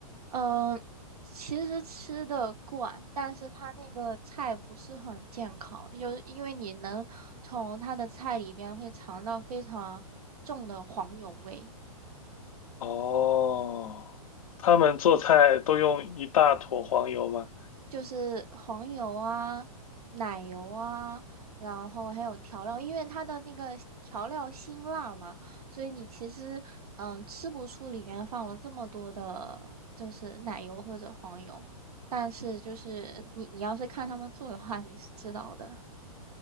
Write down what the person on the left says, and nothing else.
哦，他们做菜都用一大坨黄油吗？